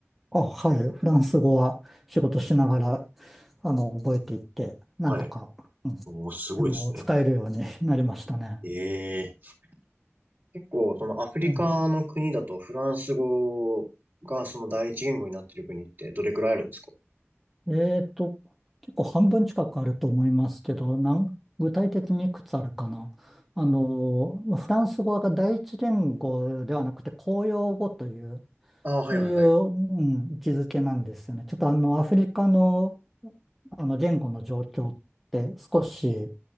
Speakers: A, in the centre; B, on the right.
A: あ、はい。フランス語は仕事しながら、
B: お
A: あの、覚えていって、なんとか、
B: はい。
A: うん、
B: お、すごいですね。
A: あの、使えるようになりましたね。
B: ええ結構、そのアフリカの国だと、
A: え
B: フランス語がその第一言語になってる国ってどれくらいあるんですか
A: ええーと、結構半分近くあると思いますけど、なん、具体的にいくつあるかな。あの、まあフランス語が第一言語ではなくて公用語という、
B: ああ、
A: そういう、
B: はい、はい、はい。
A: うん、位置づけなんですよね。ちょっとあの、アフリカの、あの、言語の状況って少し、